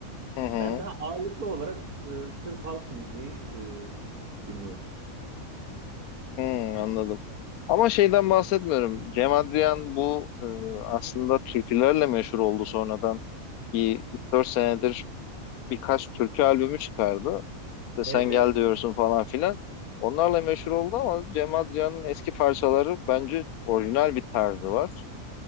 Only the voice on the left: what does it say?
hı hı,
hmm, anladım. Ama şeyden bahsetmiyorum. Cem Adrian bu e, aslında türkülerle meşhur oldu sonradan. Bir 3-4 senedir birkaç türkü albümü çıkardı. de sen
gel
diyorsun falan filan. Onlarla meşhur oldu ama Cem Adrian'ın eski parçaları bence orijinal bir tarzı var.